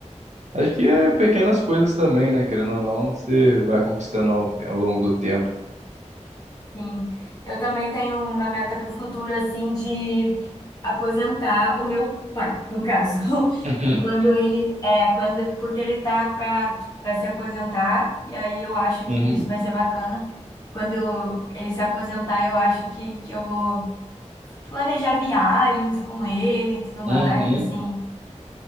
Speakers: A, on the right (about 70°); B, on the left (about 30°).
A: Acho que é pequenas coisas também, né? Querendo ou não, você vai conquistando ao, ao longo do tempo.
B: Sim. Eu também tenho uma meta para o futuro, assim, de aposentar o meu pai, no caso. <laughs>
A: <laughs>
B: Quando ele... É, quando, porque ele tá para para se aposentar, e aí eu acho que
A: Uhum. Uhum.
B: isso vai ser bacana. Quando eu- ele se aposentar, eu acho que, que eu vou... planejar viagens com ele e tudo
A: Uhum.
B: mais, assim,